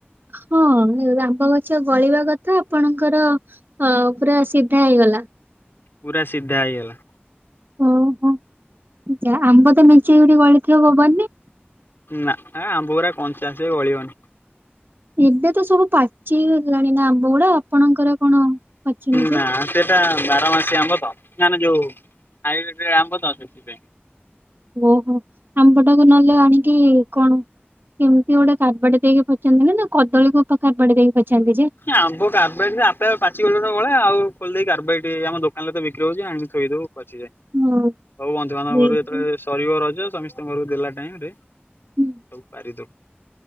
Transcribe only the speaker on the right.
ହଁ ଆମ୍ବ ଗଛ ଗଳିବା କଥା ଆପଣଙ୍କର ହଁ ପୁରା ସିଧା ହେଇଗଲା।
ଓହୋ ଆମ୍ବ ତ ମିଞ୍ଚେଇ ଗୁଡେ ଗଳିଥିବ ପବନରେ।
ଏବେ ତ ସବୁ ପାଚି ଗଲାଣି ନା ଆମ୍ବ ଗୁଡା ଆପଣଙ୍କର କଣ ପାଚିନି
ଯେ?
ଓହୋ ଆମ୍ବଟାକୁ ନହେଲେ ଆଣିକି କଣ କେମିତି ଗୋଟେ କାରବାଡି ଦେଇକି ହେମିନ୍ତି ନା କଦଳୀକୁ କାର୍ବେଟ ଦେଇକି ପଚାନ୍ତି ଯେ।
ହଁ
ଦେଇଦେବେ।
ହୁଁ